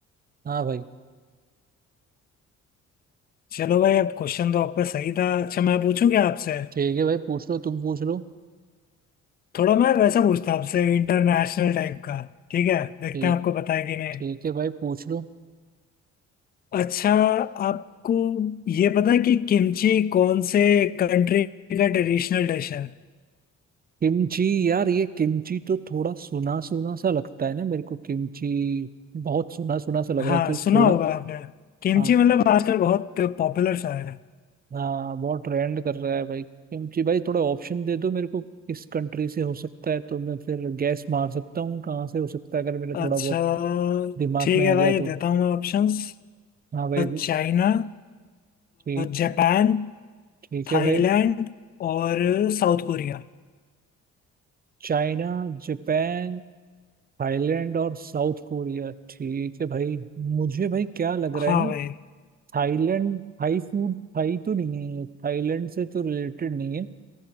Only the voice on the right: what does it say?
हाँ भाई
ठीक है भाई पूछ लो तुम पूछ लो
ठीक
ठीक है भाई पूछ लो
किमची यार ये किमची तो थोड़ा सुना सुना सा लगता है ना मेरे को किमची बहुत सुना सुना सा लग
रहा है एक्चुअली
थोड़ा
हाँ।
हाँ बहुत ट्रेंड कर रहा है भाई क्योंकि भाई थोड़ा ऑप्शन दे दो मेरे को किस कंट्री से हो सकता है तो मैं फिर गैस मार सकता हूँ कहाँ से हो सकता है अगर मेरे
थोड़ा बहुत दिमाग
में आ
गया
तो
हाँ भाई दो-
ठीक
ठीक
है भाई
चाइना जापान थाईलैंड और साउथ कोरिया ठीक है भाई मुझे भाई क्या लग
रहा है ना
थाईलैंड थाई फूड थाई तो नहीं है थाईलैंड से तो रिलेटेड नहीं है